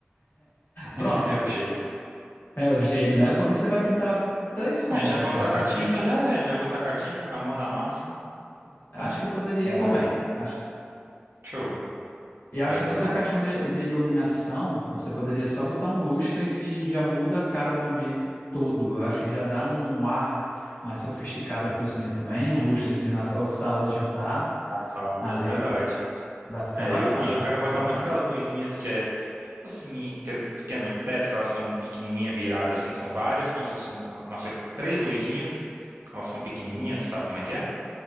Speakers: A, on the right (about 70°); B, on the left (about 65°).
A: <laughs>
B: Pronto.
A: É o jeito.
B: É o jeito, né? Porque você vai pintar três cômodos
A: É, já vou
B: já.
A: tacar
B: Acho
A: tinta,
B: que,
A: já é. Já vou tacar tinta com a mão na massa.
B: acho
A: Com uns-
B: que poderia
A: com um
B: também.
A: rolo.
B: Acho,
A: Show.
B: e acho
A: Já
B: que
A: dá
B: tudo é questão de, de iluminação. Você poderia só botar um lustre que já muda a cara do ambiente todo. Eu acho que já dá um ar mais sofisticado à cozinha também. Um lustrezinho
A: um-
B: na sa- ou sala de jantar
A: na sala,
B: ali.
A: né? Verdade.
B: Vai ficar
A: É,
B: bacana,
A: e eu, e eu quero
B: vai ficar
A: botar
B: bacana.
A: muito aquelas luzinhas que é, tipo assim, que é, que é no teto, que elas são pequenininha viradas, assim, são várias, como se fosse uma, uma sequ- três luzinhas, elas são pequenininhas, sabe como é que é?